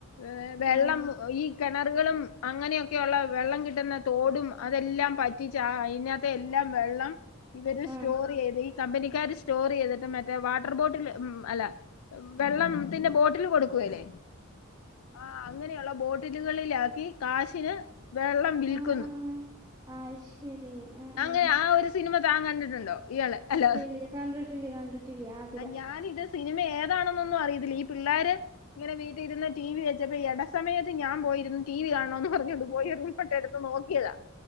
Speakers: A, on the left; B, on the right.
A: ഏ വെള്ളം
B: ആഹ്
A: ഈ കിണറുകളും അങ്ങനെയൊക്കെയുള്ള വെള്ളം കിട്ടുന്ന തോടും അതെല്ലാം പറ്റിച്ച് അതിനകത്ത് പ്പ എല്ലാം വെള്ളം ഇവര് സ്റ്റോർ
B: ആഹ്
A: ചെയ്ത് ഈ കമ്പനിക്കാർ സ്റ്റോർ ചെയ്തിട്ട് മ- റ്റെ വാട്ടർ ബോട്ടില് ഉം അല്ല വെള്ളംത്തിന്റെ ബോട്ടിൽ കൊടുക്കൂല്ലേ ആഹ് അങ്ങനെയുള്ള ബോട്ടിലുകളിലാക്കി കാശിന് വെള്ളം വിൽക്കുന്നു
B: ആഹ് ആഹ് ആഹ് അയ് ശരി ആഹ്
A: അങ്ങനെ
B: ആഹ്
A: ആ ഒരു സിനിമ താൻ കണ്ടിട്ടുണ്ടോ ഇയാള് അല്ല
B: ഇല്ലല്ല കണ്ടിട്ടില്ല കണ്ടിട്ടില്ല ആതിര
A: ഞാനിത് സിനിമ ഏതാണെന്നൊന്നും അറിയത്തില്ല ഈ പിള്ളേര് ഇങ്ങനെ വീട്ടിൽ ഇരുന്ന് ടി വി വെച്ചപ്പോ എട സമയത്ത് ഞാൻ പോയിരുന്നു ടി വി കാണണോന്ന് പറഞ്ഞോണ്ട് പോയിരുന്നു ഇപ്പട്ടെടുത്ത് എടുത്ത് നോക്കിയതാ